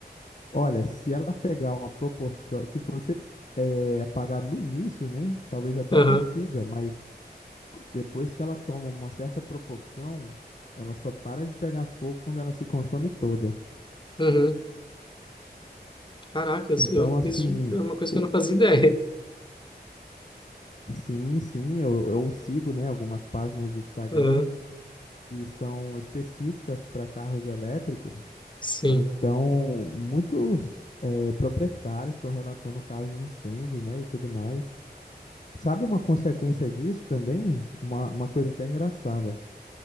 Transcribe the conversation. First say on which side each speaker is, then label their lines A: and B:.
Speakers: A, on the left; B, on the left.
A: olha, se ela pegar uma proporção, se você é, apagar no início, né, talvez até
B: Aham,
A: consiga, mas Depois que ela toma uma certa proporção, ela só para de pegar fogo quando ela se consome toda.
B: uhum. Caracas,
A: Então,
B: eu,
A: assim,
B: isso é uma coisa
A: o-
B: que eu não fazia ideia.
A: sim, sim, eu, eu sigo, né, algumas páginas do Instagram
B: Aham,
A: que são específicas para carros elétricos.
B: Sim,
A: Então, muitos eh, proprietários estão relatando casos de incêndio, né, e tudo mais. Sabe uma consequência disso também? Uma, uma coisa até engraçada.